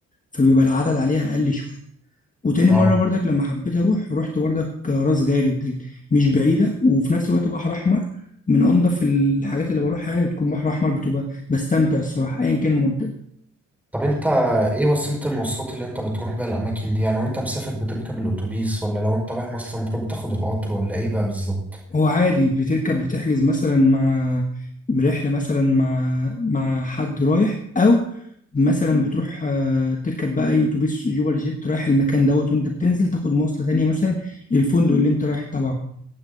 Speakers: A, on the left; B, in the centre.
A: فبيبقى العدد عليها أقل شوية وتاني
B: اه
A: مرة برضك لما حبيت أروح رحت برضك آه، راس غارب ديت مش بعيدة وفي نفس الوقت بحر أحمر من أنضف الحاجات اللي بروحها يعني بتكون بحر أحمر بتبقى بستمتع الصراحة أيا كان المنطقة
B: طب انت ايه وسيلة المواصلات اللي انت بتروح بيها الاماكن دي يعني وانت مسافر بتركب الاتوبيس ولا لو انت رايح مرسى مطروح بتاخد القطر ولا ايه بقى بالظبط
A: هو عادي بتركب بتحجز مثلا مع برحلة مثلا مع مع حد رايح أو مثلا بتروح آه، تركب بقى أي أتوبيس يوبر جيت رايح المكان دوت وأنت بتنزل تاخد مواصلة تانية مثلا للفندق اللي أنت رايح تبعه